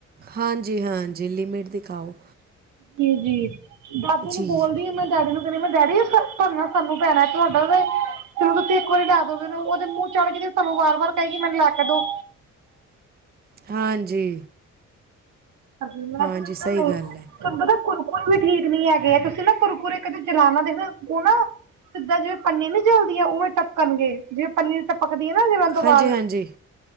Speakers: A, on the right (about 30°); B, on the right (about 80°).
A: ਹਾਂਜੀ ਹਾਂਜੀ ਲਿਮਿਟ ਦੀ ਖਾਓ।
B: ਜੀ ਜੀ ਬਾਪੂ
A: ਜੀ
B: ਨੂੰ ਬੋਲਦੀ ਹਾਂ ਮੈਂ ਡੈਡੀ ਨੂੰ ਕਹਿੰਦੀ ਮੈਂ ਡੈਡੀ ਭਰਨਾ ਸਾਨੂੰ ਪੈਣਾ ਤੁਹਾਡਾ ਤੇ ਤੇ ਤੁਸੀਂ ਇੱਕ ਵਾਰੀ ਲੈ ਦੋ ਮੈਨੂੰ ਉਹਦੇ ਮੂੰਹ ਚੜ ਗਈ ਤੁਹਾਨੂੰ ਵਾਰ ਵਾਰ ਕਹਿਈ ਮੈਨੂੰ ਲੈ ਕੇ ਦੋ।
A: ਹਾਂਜੀ।
B: ਪਰਨਾ
A: ਹਾਂਜੀ
B: ਤਾਂ
A: ਸਹੀ
B: ਨਹੀਂ।
A: ਗੱਲ
B: ਤੁਹਾਨੂੰ,
A: ਹੈ
B: ਪਤਾ ਕੁਰਕੁਰ ਵੀ ਠੀਕ ਨੀ ਹੈਗੇ ਹੈ। ਤੁਸੀਂ ਨਾ ਕੁਰਕੁਰੇ ਕਦੇ ਜਲਾਨਣਾ ਦੇਖ, ਉਹ ਨਾ। ਸਿੱਧਾ ਜਿਵੇਂ ਪੰਨੀ ਨਿ ਜਲਦੀ ਹੈ। ਉਵੇਂ ਟਪਣਗੇ, ਜਿਵੇਂ ਪੰਨੀ ਟਪਕਦੀ ਹੈ ਨਾ ਜਲੰ ਤੋਂ
A: ਹਾਂਜੀ
B: ਬਾਅਦ।
A: ਹਾਂਜੀ